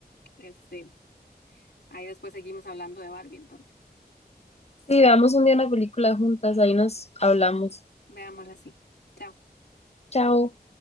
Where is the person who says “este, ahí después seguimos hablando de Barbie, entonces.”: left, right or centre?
Left